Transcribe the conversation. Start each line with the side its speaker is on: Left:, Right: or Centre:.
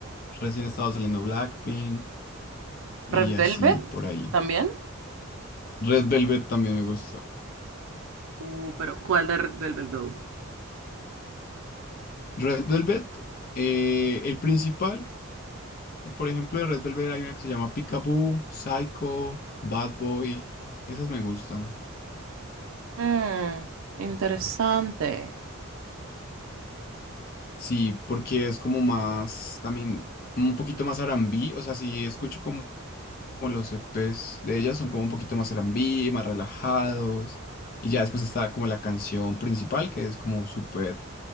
Left: recién estaba saliendo Blackpink y
Right: Red
Left: así
Right: Velvet
Left: por ahí.
Right: también.
Left: Red Velvet también me gusta.
Right: Uh, pero ¿cuál de Red Velvet Doe?
Left: Red Velvet, eh, el principal, por ejemplo, de Red Velvet hay una que se llama Peekaboo, Psycho, Bad Boy, esas me gustan.
Right: Mm, interesante.
Left: Sí, porque es como más, también un poquito más R&B, o sea, sí escucho como como los EPs de ellas son como un poquito más R&B, más relajados. Y ya después está como la canción principal, que es como súper